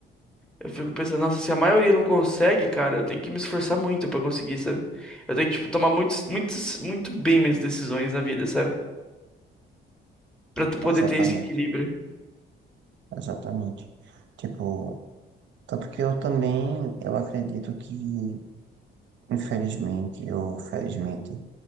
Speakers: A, in the centre; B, on the right.
A: Eu fico pensando, nossa, se a maioria não consegue, cara, eu tenho que me esforçar muito pra conseguir, sabe? Eu tenho que, tipo, tomar muitos, muitos, muito bem minhas decisões na vida, sabe? Pra tu poder
B: Exatamente,
A: ter esse equilíbrio.
B: exatamente. Tipo, tanto que eu também, eu acredito que, infelizmente ou felizmente,